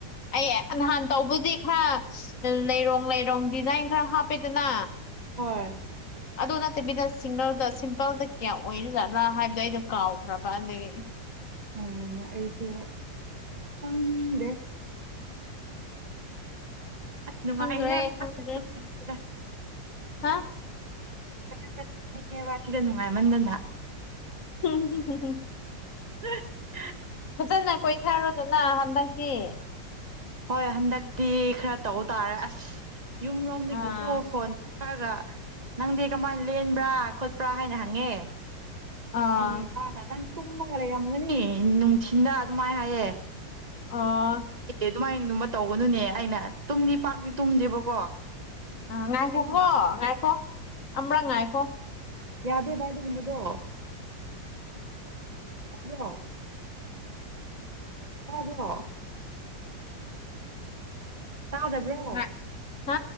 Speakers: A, on the left; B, on the right.
A: ꯑꯩ ꯅꯍꯥꯟ ꯇꯧꯕꯗꯤ ꯈꯔ ꯂꯩꯔꯣꯡ ꯂꯩꯔꯣꯡ ꯗꯤꯖꯥꯏꯟ ꯈꯔ ꯍꯥꯞꯄꯦꯗꯅ
B: ꯍꯣꯏ
A: ꯑꯗꯨ ꯅꯠꯇꯕꯤꯗ ꯁꯤꯡꯒꯜꯗ ꯁꯤꯝꯄꯜꯗ ꯀꯌꯥ ꯑꯣꯏꯔꯤꯖꯥꯠꯂꯥ ꯍꯥꯏꯕꯗꯣ ꯑꯩꯗꯣ ꯀꯥꯎꯈ꯭ꯔꯕ ꯑꯗꯒꯤ
B: ꯑ ꯑꯩꯁꯨ ꯈꯗꯦ ꯑꯁ ꯅꯨꯡꯉꯥꯏꯍꯦ
A: ꯈꯪꯗ꯭ꯔꯦ
B: ꯃꯊꯛꯇ
A: ꯈꯪꯗ꯭ꯔꯦ
B: ꯇꯨꯝꯅꯤꯡꯏꯗ
A: ꯍꯥ
B: ꯃꯊꯛꯇ ꯇꯨꯝꯅꯤꯡꯉꯦꯕ ꯁꯤꯗ ꯅꯨꯡꯉꯥꯏꯃꯟꯗꯅ
A: ꯍꯝ <unintelligible>
B: ꯎꯝ
A: ꯐꯖꯅ ꯀꯣꯏꯊꯔꯣꯗꯅ ꯍꯟꯗꯛꯇꯤ
B: ꯍꯣꯏ ꯍꯟꯗꯛꯇꯤ ꯈꯔ ꯇꯧꯕ ꯇꯥꯔꯦ ꯑꯁ ꯌꯨꯝ ꯔꯣꯝꯗꯒꯤꯁꯨ
A: ꯑꯥ
B: ꯐꯣꯟ ꯒ ꯅꯪꯗꯤ ꯀꯃꯥꯏꯅ ꯂꯦꯟꯕ꯭ꯔꯥ ꯈꯣꯠꯄ꯭ꯔꯥ ꯍꯥꯏꯅ ꯍꯪꯉꯦ
A: ꯑꯣ
B: ꯑꯩꯅ ꯏꯄꯥꯅ ꯅꯪ ꯇꯨꯝꯃꯒ ꯂꯩꯔꯝꯒꯅꯤ ꯅꯨꯡꯊꯤꯟꯗ ꯑꯗꯨꯃꯥꯏꯅ ꯍꯥꯏꯌꯦ
A: ꯑꯥ
B: ꯑꯗꯨꯃꯥꯏꯅ ꯑꯗꯨꯃ ꯇꯧꯒꯅꯨꯅꯦ ꯑꯩꯅ ꯇꯨꯝꯗꯤ ꯄꯥꯛꯇꯤ ꯇꯨꯝꯗꯦꯕꯀꯣ
A: ꯑꯥ ꯉꯥꯏꯈꯣꯀꯣ
B: ꯑꯩꯅ
A: ꯉꯥꯏꯈꯣ ꯑꯝꯕ꯭ꯔꯛ ꯉꯥꯏꯀꯣ
B: ꯌꯥꯗꯦ ꯚꯥꯏ ꯑꯗꯨꯒꯨꯝꯕꯗꯣ ꯆꯕ꯭ꯔꯣ ꯇꯥꯕꯔꯣ ꯇꯥꯗꯕ꯭ꯔꯣ
A: ꯉꯥꯏ ꯍꯥ